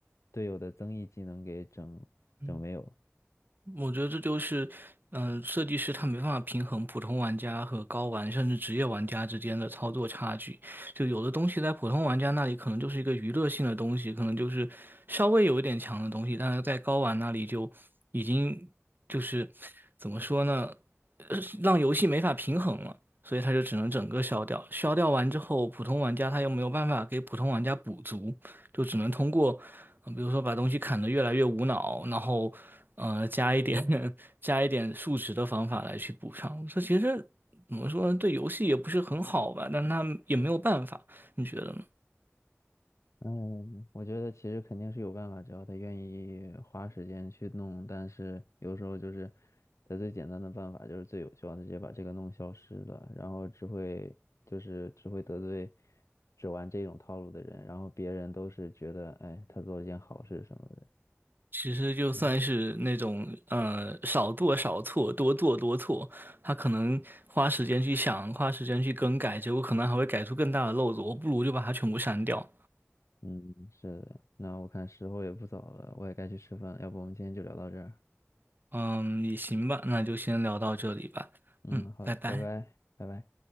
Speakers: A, on the left; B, on the right.
A: 队友的增益技能给整整没有，
B: 嗯。我觉得这就是，嗯、设计师他没办法平衡普通玩家和高玩甚至职业玩家之间的操作差距。就有的东西在普通玩家那里可能就是一个娱乐性的东西，可能就是稍微有一点强的东西，但是在高玩那里就已经就是怎么说呢，呃让游戏没法平衡了，所以他就只能整个消掉。消掉完之后，普通玩家他又没有办法给普通玩家补足，就只能通过嗯，比如说把东西砍的越来越无脑，然后呃加一点 <laughs> 加一点数值的方法来去补上。这其实怎么说呢，对游戏也不是很好吧，但他也没有办法，你觉得呢？
A: 嗯，我觉得其实肯定是有办法，只要他愿意花时间去弄。但是有时候就是，他最简单的办法就是最有效的，直接把这个弄消失了，然后只会就是只会得罪只玩这种套路的人，然后别人都是觉得，哎，他做了件好事什么的。
B: 其实就算是那种呃少做少错，
A: 嗯
B: 多做多错，他可能花时间去想，花时间去更改，结果可能还会改出更大的漏子。我不如就把它全部删掉。
A: 嗯，是的。那我看时候也不早了，我也该去吃饭了，要不我们今天就聊到这儿。
B: 嗯，也行吧，那就先聊到这里吧。
A: 嗯，
B: 嗯，
A: 好的，
B: 拜拜。
A: 拜拜，拜拜。